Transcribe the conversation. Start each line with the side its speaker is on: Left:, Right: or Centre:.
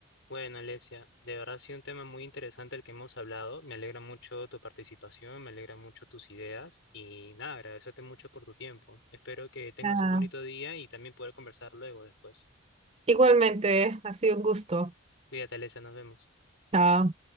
Left: Bueno, Alesia, de verdad ha sido un tema muy interesante el que hemos hablado. Me alegra mucho tu participación, me alegra mucho tus ideas y nada, agradecerte mucho por tu tiempo. Espero que tengas
Right: Ah,
Left: un bonito día y también poder conversar luego después.
Right: igualmente, ha sido un gusto.
Left: Cuídate, Alesia, nos vemos.
Right: Chao.